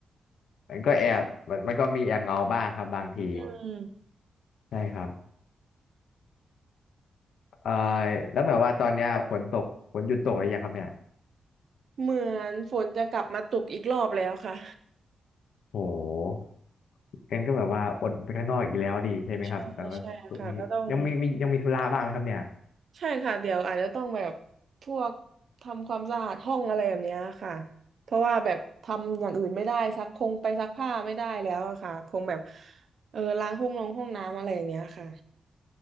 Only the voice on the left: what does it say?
มันก็แอบมันมันก็มีแอบเหงาบ้างครับบางที
ใช่ครับเอ่อแล้วแบบว่าตอนเนี้ยฝนตกฝนหยุดตกหรือยังครับเนี่ย
โหงั้นก็แบบว่าอดไปข้างนอกอีกแล้วดีใช่ไหมครับแต่ว่า
มียังมีมียังมีธุระบ้างไหมครับเนี่ย